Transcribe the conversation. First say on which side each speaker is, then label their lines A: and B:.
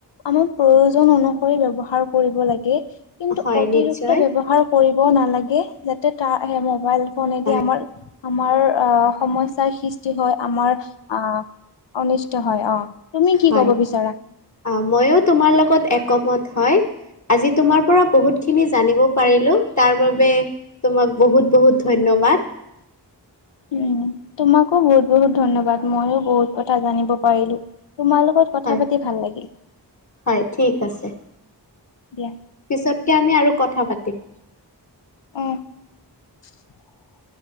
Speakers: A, on the left; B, on the left.
A: আমাক প্ৰয়োজন অনুসৰি ব্যৱহাৰ কৰিব লাগে কিন্তু
B: হয়
A: অতিৰিক্ত
B: নিশ্চয়
A: ব্যৱহাৰ কৰিব নালাগে যাতে তাৰ মবাইল ফনেদি
B: হয়
A: আমাৰ আমাৰ অ সমস্যাৰ সৃষ্টি হয় আমাৰ অ অনিষ্ট হয় অ। তুমি কি
B: হয়
A: ক'ব বিচাৰা?
B: অ মইও তোমাৰ লগত একমত হয়, আজি তোমাৰ পৰা বহুত খিনি জানিব পাৰিলো তাৰ বাবে তোমাক বহুত বহুত ধন্য বাদ।
A: উ তোমাকো বহুত বহুত ধন্যবাদ মইও বহুত কথা জানিব পাৰিলো। তোমাৰ লগত কথা
B: হয়
A: পাতি ভাল লাগিল
B: হয় ঠিক আছে
A: দিয়া।
B: পিছতকে আমি আৰু কথা পাতিম।
A: অ। <unintelligible>